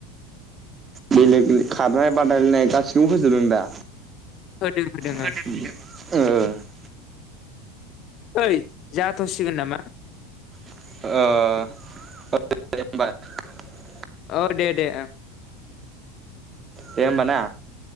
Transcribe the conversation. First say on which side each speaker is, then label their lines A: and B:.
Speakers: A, on the right; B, on the left.
A: बेलेग खारनाय बादायलायनाय गासिखौबो होजोबदों दा?
B: होदों होदों
A: होदों
B: ओं
A: ओं। <inaudible>
B: ओइ जाथ'सिगोन नामा?
A: ओ <unintelligible>
B: औ दे दे ओं।
A: दे होनबा ना